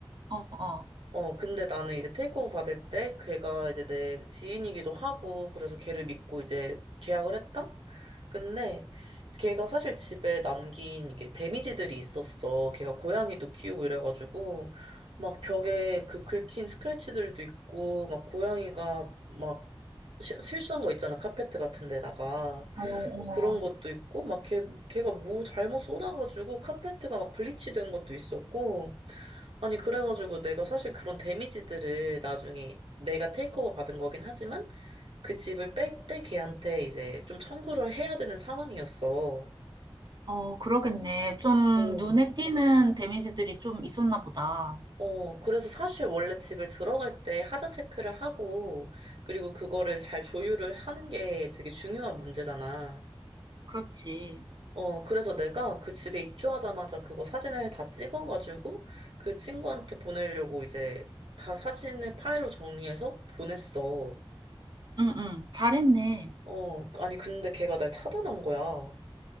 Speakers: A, on the right; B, on the right.
A: 어, 어,
B: 어, 근데 나는 이제 테이크오버 받을 때 걔가 이제 내 지인이기도 하고 그래서 걔를 믿고 이제 계약을 했다? 근데 걔가 사실 집에 남긴 이게 데미지들이 있었어. 걔가 고양이도 키우고 이래가지고 막 벽에 그 긁힌 스크래치들도 있고 막 고양이가 막 시- 실수한 거 있잖아. 카페트 같은 데다가.
A: 어, 어,
B: 그런 것도 있고 막 걔, 걔가 뭐 잘못 쏟아가지고 카페트가 막 블리치 된 것도 있었고 아니, 그래가지고 내가 사실 그런 데미지들을 나중에 내가 테이크오버 받은 거긴 하지만 그 집을 뺄 때 걔한테 이제 좀 청구를 해야 되는 상황이었어.
A: 어, 그러겠네. 좀
B: 어,
A: 눈에 띄는 데미지들이 좀 있었나 보다.
B: 어, 그래서 사실 원래 집을 들어갈 때 하자 체크를 하고, 그리고 그거를 잘 조율을 하는 게 되게 중요한 문제잖아.
A: 그렇지.
B: 어, 그래서 내가 그 집에 입주하자마자 그거 사진을 다 찍어가지고 그 친구한테 보내려고 이제 다 사진을 파일로 정리해서 보냈어.
A: 응, 응, 잘했네.
B: 어, 아니, 근데 걔가 날 차단한 거야.